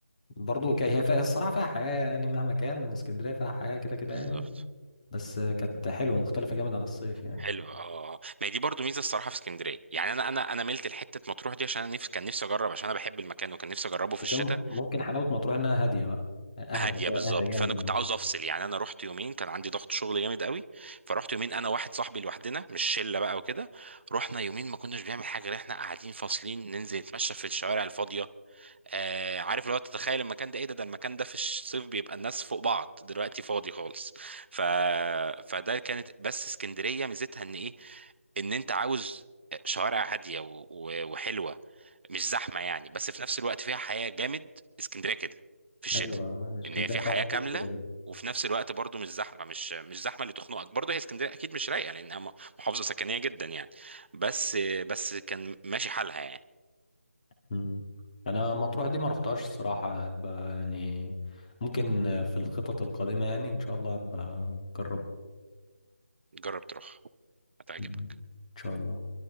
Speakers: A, on the left (about 30°); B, on the right (about 55°).
A: برضو كان هي فيها الصراحه فيها حياه يعني مهما كان اسكندريه فيها حياه كده كده
B: بالظبط
A: يعني بس آه، كانت حلوه مختلفه جامد عن الصيف يعني
B: حلو اه ما هي دي برضو ميزه الصراحه في اسكندريه يعني انا انا انا ملت لحته مطروح دي عشان انا نفسي كان نفسي اجرب عشان انا بحب المكان وكان نفسي اجربه في
A: بس
B: الشتاء
A: هي م- ممكن حلاوه مطروح انها هاديه بقى اهدى
B: هاديه
A: جا-
B: بالظبط
A: اهدى جامد
B: فانا
A: من
B: كنت
A: اسكندريه
B: عاوز افصل يعني انا رحت يومين كان عندي ضغط شغل جامد قوي فرحت يومين انا واحد صاحبي لوحدنا مش شله بقى وكده رحنا يومين ما كناش بنعمل حاجه غير احنا قاعدين فاصلين ننزل نتمشى في الشوارع الفاضيه آه عارف لو تتخيل المكان ده ايه ده ده المكان ده في الصيف بيبقى الناس فوق بعض دلوقتي فاضي خالص ف... فده كانت بس اسكندرية ميزتها ان ايه ان انت عاوز شوارع هادية و... و... وحلوة مش زحمة يعني بس في نفس الوقت فيها حياة جامد اسكندرية كده في الشتاء
A: ايوه اسكندريه
B: ان هي فيها
A: فيها
B: حياة كاملة
A: كتير كده جدا
B: وفي نفس الوقت برضو مش زحمه مش مش زحمه اللي تخنقك برضو هي اسكندريه اكيد مش رايقه لانها م- محافظه سكنيه جدا يعني بس بس كان ماشي حالها يعني
A: مم. انا مطروح دي ما رحتهاش الصراحه ب- يعني ممكن آه، في الخطط القادمه يعني ان شاء الله ابقى اجربها
B: جرب تروح هتعجبك
A: ان شاء الله